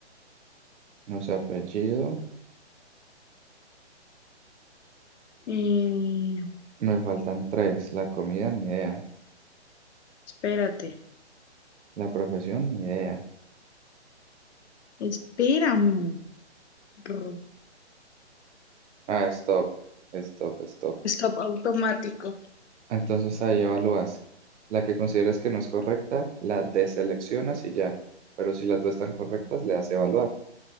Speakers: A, on the right (about 80°); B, on the left (about 75°).
A: no sé, apellido.
B: eh,
A: Me faltan tres. La comida, ni idea.
B: espérate.
A: La profesión, ni idea.
B: Espérame. Rr,
A: Ah, stop. Stop, stop.
B: Stop automático.
A: Entonces ahí evalúas. La que consideres que no es correcta, la deseleccionas y ya. Pero si las dos están correctas, le das evaluar.